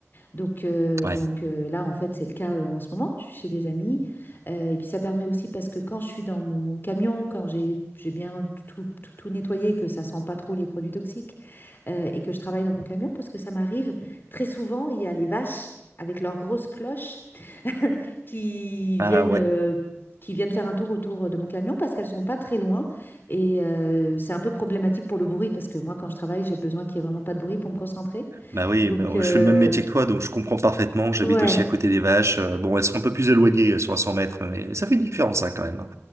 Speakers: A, on the left; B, on the right.
A: Donc, euh,
B: Ouais.
A: donc euh, là, en fait, c'est le cas euh, en ce moment. Je suis chez des amis. Euh, et puis, ça permet aussi parce que quand je suis dans mon camion, quand j'ai j'ai bien tout, tout, tout nettoyé, que ça sent pas trop les produits toxiques euh, et que je travaille dans mon camion, parce que ça m'arrive très souvent, il y a les vaches avec leurs grosses cloches qui
B: Ah
A: viennent,
B: ouais.
A: euh, qui viennent faire un tour autour de mon camion parce qu'elles sont pas très loin. Et euh, c'est un peu problématique pour le bruit parce que moi, quand je travaille, j'ai besoin qu'il n'y ait vraiment pas de bruit pour me concentrer.
B: Bah oui,
A: Donc,
B: bah,
A: euh,
B: je fais le même métier que toi, donc je comprends parfaitement. J'habite
A: ouais,
B: aussi à côté des vaches. Euh, Bon, elles sont un peu plus éloignées, elles sont à 100 mètres, mais ça fait une différence hein, quand même. hein.